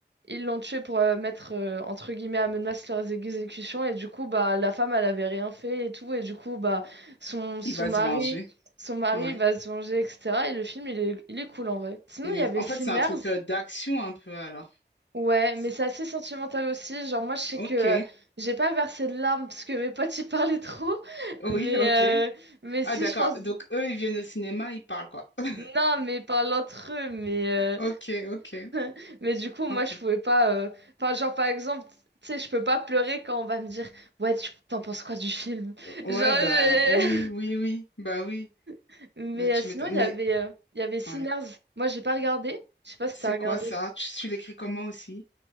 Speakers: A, on the right; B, on the left.
A: Ils l'ont tuée pour euh, mettre, euh, entre guillemets, à menace leurs exécutions, et du coup, bah, la femme, elle avait rien fait et tout, et du coup, bah, son, son
B: Il va
A: mari...
B: se venger.
A: Son mari
B: Ouais.
A: va se venger, etc. Et le film, il est, il est cool en vrai. Sinon,
B: Il
A: il
B: est-
A: y avait
B: En
A: Sinners.
B: fait, c'est un truc euh, d'action un peu alors.
A: Ouais,
B: C'est-
A: mais c'est assez sentimental aussi. Genre, moi, je sais
B: Ok,
A: que euh, j'ai pas versé de larmes parce que mes potes y parlaient trop. <laughs>
B: oui,
A: Mais,
B: ok.
A: euh, mais si,
B: Ah, d'accord.
A: je pense.
B: Donc, eux, ils viennent au cinéma, ils parlent, quoi. <laughs>
A: Non, mais ils parlent entre eux. Mais, euh,
B: Ok, ok,
A: <laughs> mais du coup, moi,
B: ok.
A: je pouvais pas. euh, Enfin, genre, par exemple, tu sais, je peux pas pleurer quand on va me dire, ouais, tu t'en penses quoi du film? <laughs>
B: Ouais,
A: Genre,
B: bah
A: j'ai-
B: oui, oui, oui, bah oui.
A: <laughs> mais
B: Mais Tu
A: euh, sinon,
B: m'étonnes.
A: il
B: Mais
A: y avait, euh, il y avait Sinners.
B: ouais.
A: Moi, j'ai pas regardé. Je sais pas si
B: C'est
A: t'as regardé.
B: quoi ça? Tu, tu l'écris comment aussi?